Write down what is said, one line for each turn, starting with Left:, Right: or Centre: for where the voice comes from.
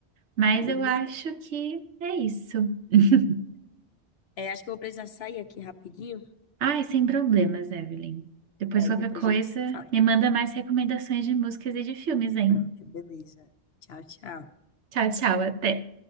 Right: Mas
Left: Menina,
Right: eu acho que é isso. <laughs>
Left: é, acho que eu vou precisar sair aqui rapidinho,
Right: Ai, sem problemas, Evelyn. Depois
Left: aí
Right: qualquer
Left: depois
Right: coisa,
Left: a gente se fala.
Right: me manda mais recomendações de músicas e de filmes, hein?
Left: Pronto, beleza. Tchau, tchau.
Right: Tchau, tchau, até.